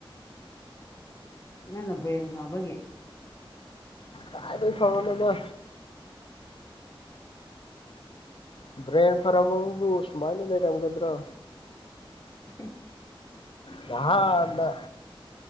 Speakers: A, on the left (about 35°); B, on the left (about 65°).
A: ꯅꯪ ꯕ꯭ꯔꯦꯝ ꯐꯥꯎꯕꯒꯤꯦ
B: ꯇꯥꯏꯔ ꯐꯕꯅꯣꯗ ꯕ꯭ꯔꯦꯟ ꯐꯔꯕꯨ ꯁꯨꯃꯥꯏꯅ ꯂꯩꯔꯝꯒꯗ꯭ꯔꯣ
A: ꯍ
B: ꯅꯥꯍꯟꯅ